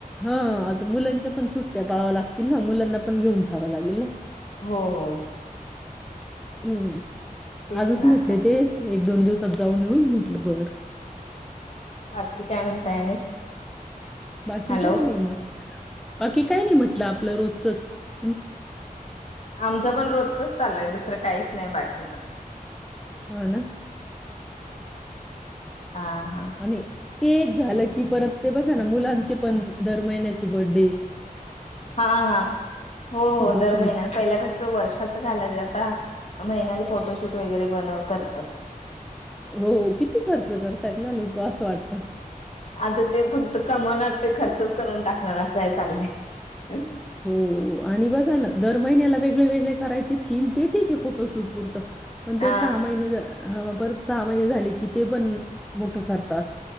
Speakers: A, in the centre; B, on the left.
A: हा आता मुलांच्या पण सुट्या पहाव्या लागतील ना मुलांना पण घेऊन जावं लागेल ना?
B: हो हो
A: हुं
B: तेच
A: आजच
B: ना
A: म्हटले
B: आता
A: ते एक दोन दिवसात जाऊन येऊ म्हटलं बर.
B: बाकी काय म्हणताय आणि?
A: बाकी
B: हॅलो
A: काही नाही मग बाकी काही नाही म्हटलं आपलं रोज चचं
B: आमच पण रोजचच चालू आहे दुसरं काहीच नाही बाकीच <inaudible>
A: हा ना
B: हा हा
A: आणि ते एक झालं की परत ते बघा ना मुलांचे पण दर महिन्याचे बडे
B: हा, हा, हो,
A: फोटोशूट
B: हो दर महिन्याला पहिल्या कस वर्षाच घालायचं आता महिन्याला फोटोशूट वगैरे बनव करतात
A: हो किती किती खर्च करतायत ना लोक असं वाटत
B: आता ते फक्त कमवणार ते खर्चच करून टाकणार असं आहे चाललंय
A: हो आणि बघा ना दर महिन्याला वेगळेवेगळे करायचे थीम ते ठीक आहे फोटोशूट पुरत पण
B: हा
A: ते सहा महिने हा परत सहा महिने झाले की ते पण मोठं करतात.